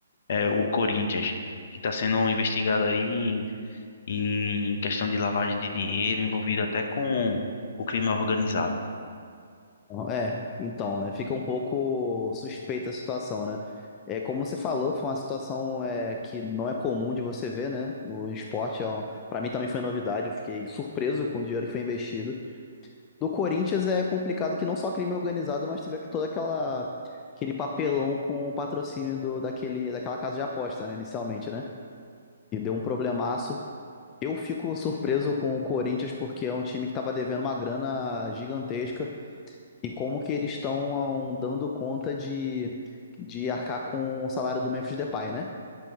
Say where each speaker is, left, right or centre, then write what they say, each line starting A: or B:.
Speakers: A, on the left (about 50°); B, on the left (about 25°).
A: é, o Corinthians, que está sendo investigado aí em, em questão de lavagem de dinheiro, envolvido até com o crime organizado.
B: É, então, né, fica um pouco suspeita a situação, né? É, como você falou, foi uma situação é, que não é comum de você ver, né? No esporte, para mim também foi novidade, eu fiquei surpreso com o dinheiro que foi investido. Do Corinthians é complicado que não só crime organizado, mas teve toda aquela aquele papelão com o patrocínio do, daquele, daquela casa de aposta, né, inicialmente, né? E deu um problemaço. Eu fico surpreso com o Corinthians porque é um time que estava devendo uma grana gigantesca. E como que eles estão hum, dando conta de, de arcar com o salário do Memphis Depay, né?